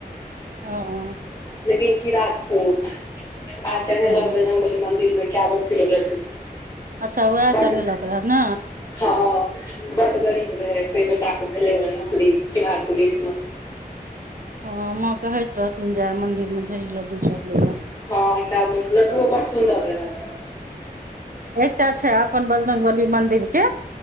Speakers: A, on the right (about 60°); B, on the left (about 25°).
A: हॅं
B: लेकिन छी राजपूत आ चढ़ेलक
A: हँ
B: बजरंगबली मंदिरमे एकावन किलो लड्डू
A: अच्छा उएह
B: बड्ड,
A: चढ़ेलक रहे ने
B: हँ बड्ड गरीब रहै। बेटाके भेलै हन नोकरी बिहार पुलिसमे
A: हॅं, ममाँ कहैथ रहथिन जे मंदिरमे ढेरी लड्डू चढ़लै हन
B: हँ, एकावन किलो। लड्डूओ बड़ सुन्दर रहै।
A: एकटा छै अपन बजरंगबली मंदिरके